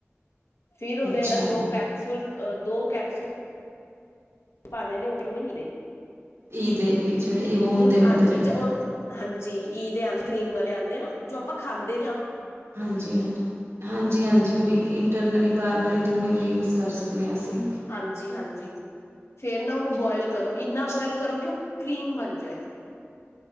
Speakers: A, on the left (about 75°); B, on the right (about 80°).
A: ਫਿਰ ਉਦੇ
B: ਅੱਛਾ
A: ਅੰਦਰ ਦੋ ਕਰੈਪਸੂਲ ਅ ਦੋ ਕੈਪਸੂਲ ਪਾਂਦੇ ਨੇ ਓ ਵਿਟਾਮਿਨ ਈ ਦੇ।
B: ਈ ਦੇ ਜੇੜੇ ਈਊਨ
A: ਹੁਣ
B: ਦੇ ਹੁੰਦੇ
A: ਹਾਂਜੀ
B: ਨੇ।
A: ਹਾਂਜੀ ਈ ਦੇ ਆਂਦੇ ਗ੍ਰੀਨ ਵਾਲੇ ਆਂਦੇ ਆ ਨਾ ਜੋ ਆਪਾਂ ਖਾਂਦੇ ਆਂ।
B: ਹਾਂਜੀ-ਹਾਂਜੀ-ਹਾਂਜੀ-ਹਾਂਜੀ ਉਹੀ ਇ ਟਰਨਲੀ ਬਾਰਨਲੀ ਦੋਵੇ ਯੂਜ ਕਰ ਸਕਦੇ ਹਾਂ ਅਸੀਂ
A: ਹਾਂਜੀ-ਹਾਂਜੀ ਫਿਰ ਨਾ ਉਨੂੰ ਬੋਇਲ ਕਰੋ ਇੰਨਾ ਬੋਇਲ ਕਰੋ ਕਿ ਓ ਕਰੀਮ ਬਣ ਜਾਏ।